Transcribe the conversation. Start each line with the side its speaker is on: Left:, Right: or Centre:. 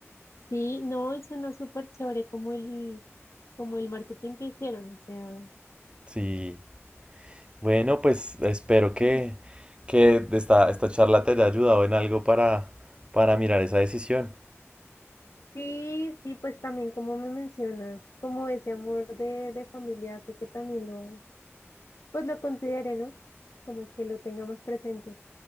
Left: Sí, no, y suena súper chévere como el, como el marketing que hicieron, o sea,
Right: Sí. Bueno, pues espero que,
Left: Ujú.
Right: que esta, esta charla te haya ayudado en algo para, para mirar esa decisión.
Left: Sí, sí, pues también como me mencionas, como ese amor de, de familia, sé que también lo, pues lo considere, ¿no? Como que lo tenga más presente.